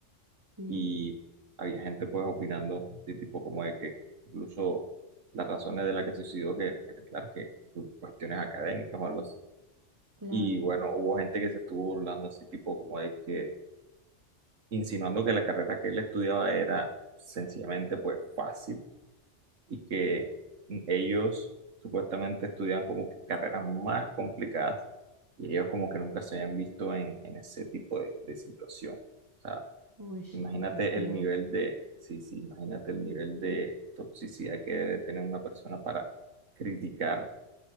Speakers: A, on the right; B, on the right.
A: Sí,
B: y había gente pues opinando, sí, tipo como de que incluso las razones de las que se suicidó, que, que claro, que cuestiones académicas o algo así.
A: claro.
B: Y bueno, hubo gente que se estuvo burlando así tipo como de que insinuando que la carrera que él estudiaba era sencillamente pues fácil y que ellos supuestamente estudian como que carreras más complicadas y ellos como que nunca se habían visto en, en ese tipo de, de situación. O sea,
A: Uy,
B: imagínate
A: no, qué feo.
B: el nivel de, sí, sí, imagínate el nivel de toxicidad que debe tener una persona para criticar,